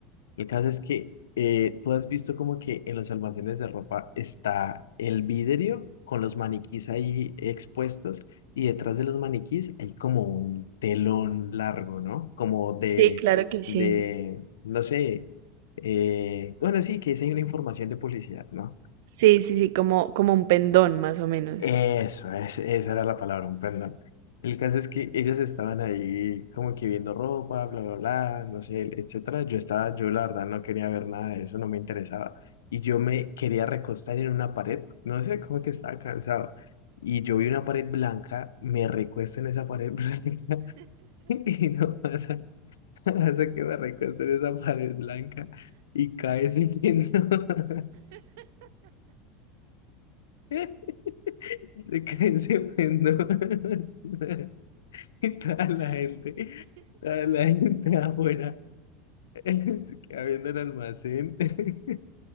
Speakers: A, on the left; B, on the right.
A: El caso es que eh, tú has visto como que en los almacenes de ropa está el vidrio con los maniquís ahí expuestos y detrás de los maniquís hay como un telón largo, ¿no? Como de,
B: sí, claro que sí.
A: de, no sé, eh, bueno, sí, que es ahí una información de publicidad, ¿no?
B: Sí, sí, sí, como, como un pendón, más o menos.
A: Eso, es- esa era la palabra, un perdón. El caso es que ellas estaban ahí como que viendo ropa, bla, bla, bla, no sé, etcétera. Yo estaba, yo la verdad no quería ver nada de eso, no me interesaba. Y yo me quería recostar en una pared, no sé, como que estaba cansado. Y yo vi una pared blanca, me recuesto en esa pared <laughs> blanca y no pasa, <laughs> no pasa que me recuesto en esa pared blanca y cae ese pendón. <laughs> Se cae ese pendón. <laughs> <laughs> toda la gente, toda la gente afuera, <laughs> se queda viendo el almacén. <laughs>